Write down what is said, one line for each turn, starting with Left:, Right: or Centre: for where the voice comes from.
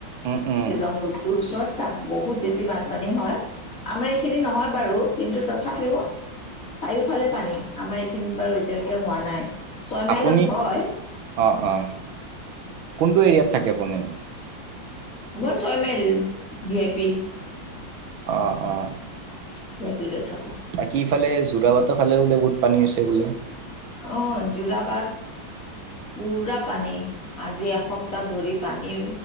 Right: উম, উম,
Left: শ্বিলং ৰোড <inaudible> তোৰ ওচৰত তাত বহুত বেছি বানপানী হয় আমাৰ এইখিনি নহয় বাৰু কিন্তু তথাপিও চাৰিওফালে পানী আমাৰ এইখিনিত বাৰু এতিয়ালৈকে হোৱা নাই ছয় মাইলত
Right: আপুনি
Left: হয়
Right: অ অ কোনটো এৰিয়াত থাকে আপুনি
Left: মই ছয় মাইল ভি আই পি
Right: অ অ
Left: ভি আই পি ৰডত থাকো
Right: বাকী এফালে যোৰা বাটৰ ফালে বোলে বহুত পানী হৈছে বোলে
Left: অ যোৰাবাট পুৰা পানী আজি এসপ্তাহ ধৰি পানী